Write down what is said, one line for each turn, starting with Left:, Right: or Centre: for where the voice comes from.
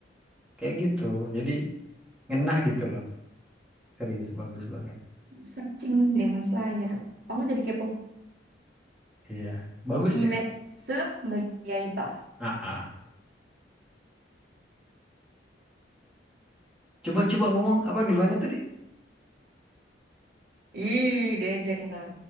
Centre: kayak gitu. Jadi ngena gitu loh, serius bagus banget.
Right: Searching Demon Slayer. Aku jadi kepo.
Centre: Iya, bagus
Right: Kimetsu
Centre: deh.
Right: no Yaiba.
Centre: Ah, ah. Coba-coba ngomong apa gimana tadi?
Right: Ih, diajak ntar.